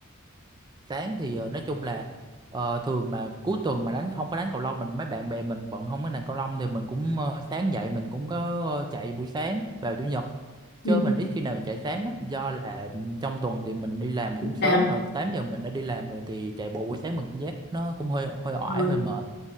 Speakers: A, on the right; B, on the left.
A: sáng thì ờ, nói chung là ờ, thường mà cuối tuần mà đánh không có đánh cầu lông mình mấy bạn bè mình bận không có đánh cầu lông thì mình cũng ờ, sáng dậy mình cũng có ờ, chạy buổi sáng vào chủ nhật
B: Ừ.
A: chứ mình ít khi nào mình chạy sáng lắm do là trong tuần thì mình đi làm cũng sớm
B: Làm
A: rồi 8 giờ mình đã đi làm rồi thì chạy bộ buổi sáng mình cũng giác nó cũng hơi hơi oải
B: ừ,
A: hơi mệt